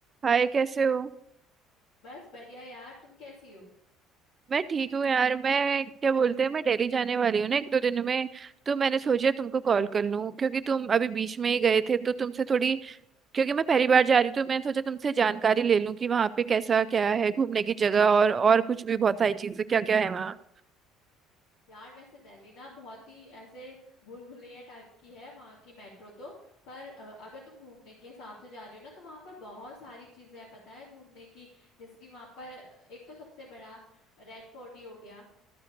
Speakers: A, on the right; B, on the left.
A: हाय कैसे हो
B: बस बढ़िया यार तुम कैसी हो
A: मैं ठीक हूँ यार मैं क्या बोलते हैं मैं दिल्ली जाने वाली हूँ ना एक दो दिन में तो मैंने सोचा तुमको कॉल कर लूँ क्योंकि तुम अभी बीच में ही गए थे तो तुमसे थोड़ी क्योंकि मैं पहली बार जा रही हूँ तो मैंने सोचा तुमसे जानकारी ले लूँ कि वहाँ पे कैसा क्या है घूमने की जगह और और कुछ भी बहुत सारी चीज़ें क्या क्या है वहाँ
B: यार वैसे दिल्ली ना बहुत ही ऐसे भूल भुलैया टाइप की है वहाँ की मेट्रो तो पर अ, अगर तुम घूमने के हिसाब से जा रही हो ना तो वहाँ पर बहुत सारी चीजें हैं पता है घूमने की जैसे कि वहाँ पर अ, एक तो सबसे बड़ा रेड फोर्ट ही हो गया